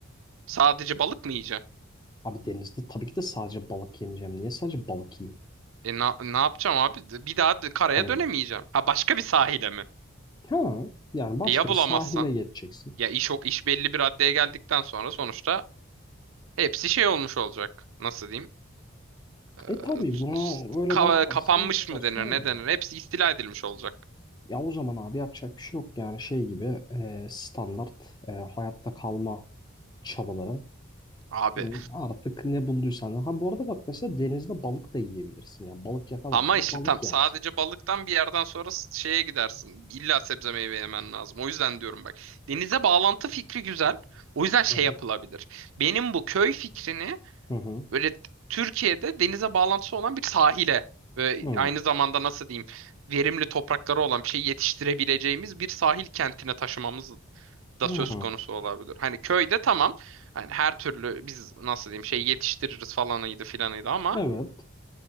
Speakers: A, on the right (about 80°); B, on the left (about 20°).
A: Sadece balık mı yiyeceksin?
B: Abi denizde tabii ki de sadece balık yemeyeceğim. Niye sadece balık yiyeyim?
A: E na- ne yapacağım abi? D- Bir daha d- karaya
B: Hani
A: dönemeyeceğim. Ha başka bir sahile mi?
B: Ha, yani başka
A: E ya bulamazsan?
B: bir sahile geçeceksin.
A: Ya iş ok iş belli bir raddeye geldikten sonra sonuçta hepsi şey olmuş olacak. Nasıl diyeyim? Ee,
B: E tabii buna öyle
A: ka-
B: bakarsan
A: kapanmış
B: orası
A: mı denir ne
B: öyle.
A: denir? Hepsi istila edilmiş olacak
B: Ya o zaman abi yapacak bir şey yok yani şey gibi e, standart e, hayatta kalma çabaları.
A: abi.
B: Hani artık ne bulduysan. Ha bu arada bak mesela denizde balık da yiyebilirsin. Yani balık yakalarsan
A: Ama işte
B: balık
A: tam
B: yersin.
A: sadece balıktan bir yerden sonra s- şeye gidersin. İlla sebze meyve yemen lazım. O yüzden diyorum bak. Denize bağlantı fikri güzel. O yüzden şey
B: Evet.
A: yapılabilir. Benim bu köy fikrini
B: Hı hı.
A: böyle t- Türkiye'de denize bağlantısı olan bir sahile ve
B: Hı.
A: aynı zamanda nasıl diyeyim verimli toprakları olan bir şey yetiştirebileceğimiz bir sahil kentine taşımamız da
B: Hı.
A: söz konusu olabilir. Hani köyde tamam. Hani her türlü biz nasıl diyeyim şey yetiştiririz falanıydı filanıydı ama
B: Evet.